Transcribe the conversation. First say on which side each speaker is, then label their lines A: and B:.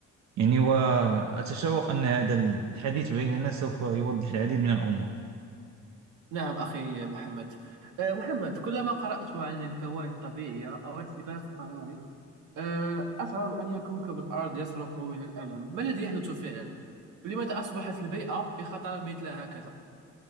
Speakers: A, on the right (about 65°); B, on the right (about 80°).
A: يعني وأتشوق أن هذا الحديث بيننا سوف يوضح العديد من الأمور
B: نعم أخي محمد آه، محمد كلما قرأت عن الكوارث الطبيعية أو الاحتباس الحراري آه، أشعر بأن كوكب الأرض يصرخ من الألم ما الذي يحدث فعلا؟ ولماذا أصبحت البيئة في خطر مثل هكذا؟